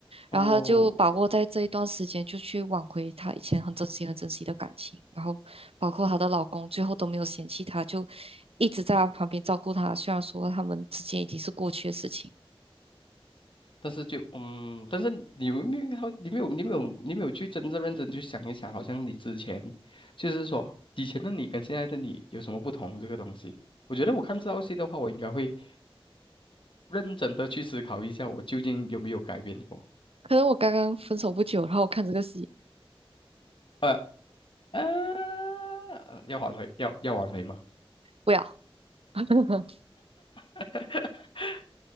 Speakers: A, on the left; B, on the right.
A: 哦，
B: 然后他就把握在这一段时间，就去挽回她以前很珍惜、很珍惜的感情。然后，包括她的老公，最后都没有嫌弃她，就一直在她旁边照顾她。虽然说他们之间已经是过去的事情，
A: 但是就嗯，但是你有没有好，你没有你没有你没有去真正认真去想一想，好像你之前就是说以前的你跟现在的你有什么不同这个东西？我觉得我看这道戏的话，我应该会认真的去思考一下，我究竟有没有改变过？
B: 可能我刚刚分手不久，然后我看这个戏，
A: 呃呃，要挽回，要要挽回吗？
B: 不要，<laughs>
A: <laughs>